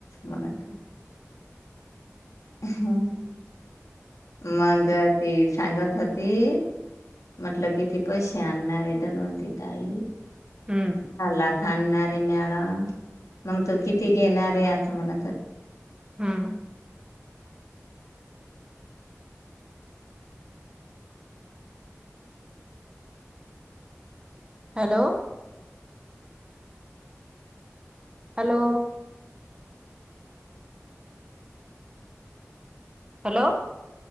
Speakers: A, on the left; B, on the right.
A: मनात हो मग तेी सांगत होते ती म्हटल किती पैसे आणणारे धन्वंती ताई
B: हम्म
A: ल थांानणारे मॅडम मग तो किती घेणारे असं मला तर
B: हम्म hello hello hello